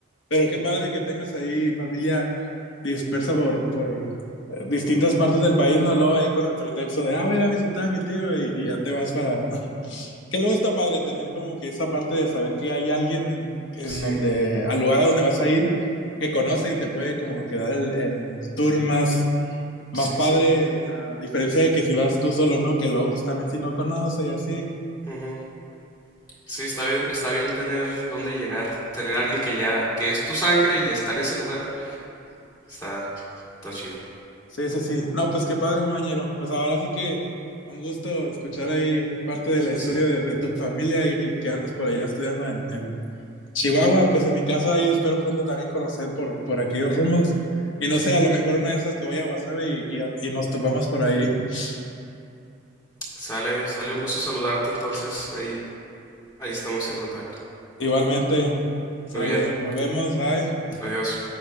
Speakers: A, on the left; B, on the left.
A: Pero qué padre que tengas ahí familia dispersa por, por eh, distintas partes del país, no lo ahí con el pretexto de, ah, voy a ir a visitar a mi tío y, y ya te vas para... <laughs> Que luego está padre tener como que esa parte de saber que hay alguien en, en
B: sí,
A: donde, al lugar a donde vas a ir, que conoce y te puede como que dar el, el tour más, más
B: sí,
A: padre,
B: sí.
A: a diferencia de que si vas tú solo, ¿no? Que luego pues también si no conoce y así.
B: ujú. Sí, está bien, está bien tener dónde llegar, tener alguien que ya, que es tu sangre y está en ese lugar. Está, está chido.
A: Sí, sí, sí. No, pues qué padre, compañero. Pues ahora sí que un gusto escuchar ahí parte de
B: Sí,
A: la historia
B: sí.
A: de, de tu familia y que andas por allá estudiando en, en Chihuahua. Pues en mi caso ahí espero pronto también conocer por, por aquellos rumbos. Y no sé, a lo mejor una de esas que voy a Guasave y, y, y nos topamos por ahí. <laughs>
B: Sale, sale un gusto saludarte entonces. Ahí, ahí estamos en contacto.
A: Igualmente, sale,
B: Muy bien.
A: nos vemos, bye.
B: Adiós.